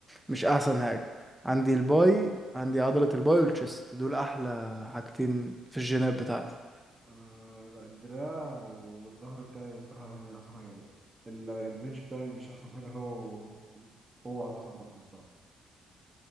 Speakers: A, in the centre; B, on the right.
A: مش أحسن حاجة عندي الباي عندي عضلة الباي والتشست دول أحلى حاجتين في الجينات بتاعتي
B: انا لا الدراع والظهر بتاعي الصراحه يعني احسن حاجه ال- البنش بتاعي مش احسن حاجه هو هو عضلات البطن الصراحه